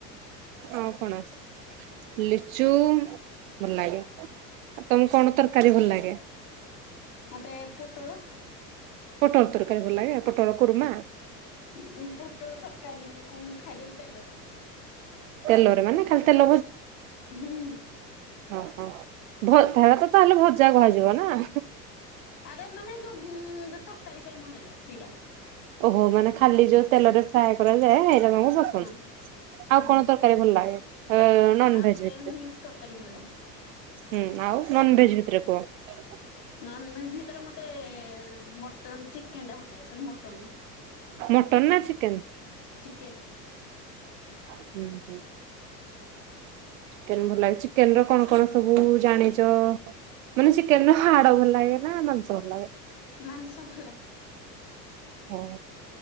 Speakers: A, on the right; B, on the left.
A: ଆଉ କଣ ଲିଚୁ ଭଲ ଲାଗେ। ଆଉ ତମକୁ କଣ ତରକାରୀ ଭଲ ଲାଗେ?
B: ମତେ ପୋଟଳ
A: ପୋଟଳ ତରକାରୀ ଭଲ ଲାଗେ ଆଉ ପୋଟଳ କୁର୍ମା।
B: ହୁଁ ପୋଟଳ ତରକାରୀ କଁ ଖାଇଦେବି ତେଲରେ।
A: ତେଲରେ ମାନେ? ଖାଲି ତେଲ
B: ହୁଁ <unintelligible>
A: ଓହୋ ଭ ହେରାତ ତାହେଲେ ଭଜା କୁହାଯିବ ନା?
B: ଆରେ ମାନେ ଯୋଉଁ ଗୁଁ ଯୋଉ ତରକାରୀ ପାଇଁ ଭଜାଯାଏ ସେଇଟା।
A: ଓହୋ ମାନେ ଖାଲି ଯୋଉ ତେଲରେ ଫ୍ରାଏ କରାଯାଏ ହେଇରା ତମକୁ ହୁଁ
B: ହଁ।
A: ଆଉ
B: ହୁଁ
A: କଣ ତରକାରୀ ଭଲ ଲାଗେ ଉଁ ନନ
B: ଆଉ
A: ଭେଜ
B: ମତେ
A: ଭିତରେ।
B: ମିକ୍ସ ତରକାରୀ ଭଲ ଲାଗେ।
A: ହୁଁ ଆଉ ନନ ଭେଜ ଭିତରେ କୁହ।
B: ନନଭେଜ ଭିତରେ ମତେ ମଟନ୍ ଚିକେନ ଟା ଭଲ ଲାଗେ ସରି ମଟନ
A: ମଟନ ନା ଚିକେନ?
B: ଚିକେନ୍।
A: ହୁଁ ହୁଁ। ଚିକେନ ଭଲ ଲାଗୁଛି ଚିକେନ ର କଣ କଣ ସବୁ ଜାଣିଚ? ମାନେ ଚିକେନ ହାଡ଼ ଭଲ ଲାଗେ ନା ମାଂସ ଭଲ ଲାଗେ?
B: ମାଂସ ଭଲ ଲାଗେ।
A: ହଁ।